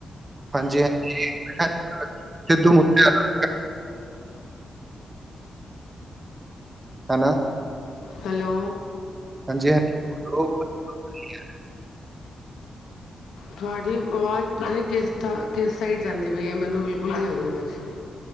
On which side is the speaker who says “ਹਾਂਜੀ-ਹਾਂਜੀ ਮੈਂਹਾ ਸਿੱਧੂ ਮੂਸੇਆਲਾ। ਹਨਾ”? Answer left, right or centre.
Right